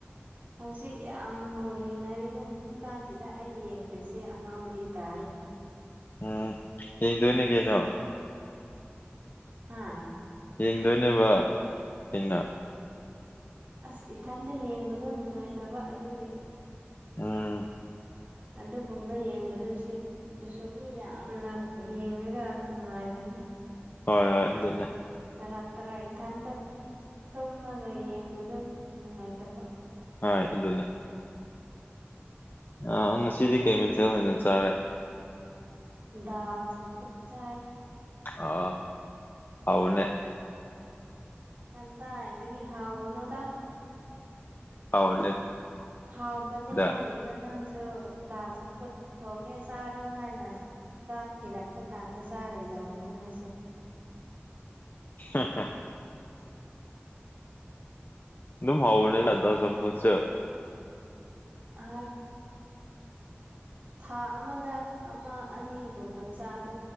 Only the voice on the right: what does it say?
ꯍꯧꯖꯤꯛ ꯌꯥꯝ ꯌꯦꯡꯅꯔꯤꯉꯩ ꯖꯤꯀꯥꯟꯁꯤꯗ ꯑꯩ ꯌꯦꯡꯗ꯭ꯔꯤꯁꯦ ꯑꯉꯥꯎꯕꯤ ꯇꯥꯔꯦ
ꯍꯥꯥ
ꯑꯁ ꯏꯊꯟꯇ ꯌꯦꯡꯕꯗꯣ ꯅꯨꯡꯉꯥꯏꯇꯕ ꯑꯗꯨꯒꯤ
ꯑꯗꯨꯒꯨꯝꯕ ꯌꯦꯡꯕꯗꯨ ꯁꯤꯗꯨꯁꯨ ꯃꯤ ꯌꯥꯝꯅ ꯌꯦꯡꯉꯒ ꯅꯨꯡꯉꯥꯏꯕꯅꯤ ꯑ
ꯇꯔꯥꯛ ꯇꯔꯥꯛ ꯏꯊꯟꯇ ꯇꯨꯝꯃꯒ ꯌꯦꯡꯕꯗꯣ ꯅꯨꯡꯉꯥꯏꯇꯕ
ꯗꯜ ꯆꯝꯐꯨꯠ ꯆꯥꯏ
ꯀꯗꯥꯏꯗꯒꯤ ꯍꯥꯎ ꯕꯅꯣꯗꯥ
ꯍꯥꯎꯕꯅꯦ
ꯍꯥꯏꯔꯤꯕ ꯅꯪ ꯁꯨ ꯗꯥꯜ ꯆꯝꯐꯨꯠ ꯊꯣꯡꯉꯦ ꯆꯥꯔꯣ ꯍꯥꯏꯅ ꯆꯥꯛ ꯊꯤꯔꯛ ꯀꯛꯄ ꯀꯥꯟꯗ ꯆꯥꯔꯣꯏꯗꯧꯅꯤ ꯅꯣꯏꯁꯦ
ꯑ ꯊꯥ ꯑꯃꯗ ꯑꯃ ꯑꯅꯤꯒꯨꯝꯕ ꯆꯥꯔꯨ